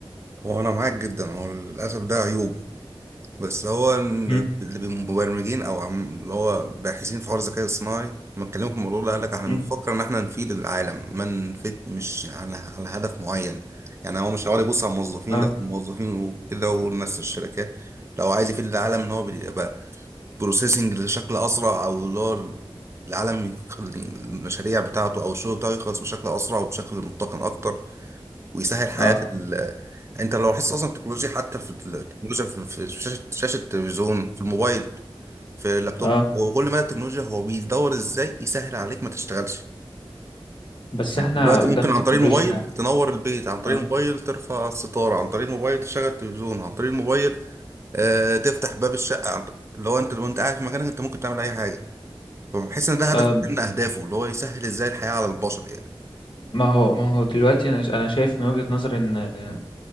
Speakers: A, on the right (about 30°); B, on the left (about 55°).
A: هو انا معاك جدا هو للاسف ده عيوب بس هو إن
B: مم.
A: اللي بمبرمجين او عم اللي هو باحثين في حوار الذكاء الصناعي ما اتكلموا في الموضوع ده قال لك احنا
B: مم.
A: بنفكر ان احنا نفيد العالم ما نفيد مش على على هدف معين يعني هو مش هيقعد يبص على الموظفين
B: اه
A: لا الموظفين وكده والناس في الشركات لو عايز يفيد العالم ان هو بيبقى بروسيسنج بشكل اسرع او اللي هو العالم يخ- المشاريع بتاعته او الشغل بتاعه يخلص بشكل اسرع وبشكل متقن اكتر ويسهل حياة
B: اه
A: ال... انت لو حاسس اصلا التكنولوجيا حتى في التكنولوجيا في في شاشة شاشة التلفزيون في الموبايل في اللابتوب
B: اه
A: هو كل ما التكنولوجيا هو بيدور ازاي يسهل عليك ما تشتغلش يعني
B: بس
A: انت
B: احنا
A: دلوقتي
B: قدام
A: ممكن عن
B: تكنولوجيا
A: طريق الموبايل تنور البيت عن طريق
B: اه
A: الموبايل ترفع الستارة عن طريق الموبايل تشغل التلفزيون عن طريق الموبايل آه تفتح باب الشقة عن... اللي هو انت لو انت قاعد في مكانك انت ممكن تعمل اي حاجة فبحس ان ده هدف
B: آه،
A: من اهدافه اللي هو يسهل ازاي الحياة على البشر يعني
B: ما هو ما هو دلوقتي انا ش- انا شايف من وجهة نظري ان آه،